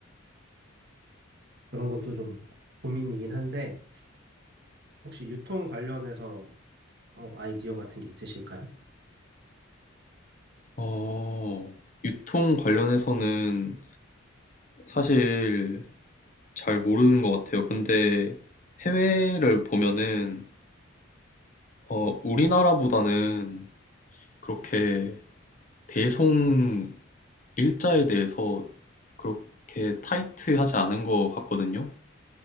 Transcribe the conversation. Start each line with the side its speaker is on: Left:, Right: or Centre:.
Right: 그런 것도 좀 고민이긴 한데 혹시 유통 관련해서 어, 아이디어 같은 게 있으실까요?
Left: 어, 유통 관련해서는 사실 잘 모르는 것 같아요. 근데 해외를 보면은 어, 우리나라보다는 그렇게 배송 일자에 대해서 그렇게 타이트하지 않은 것 같거든요.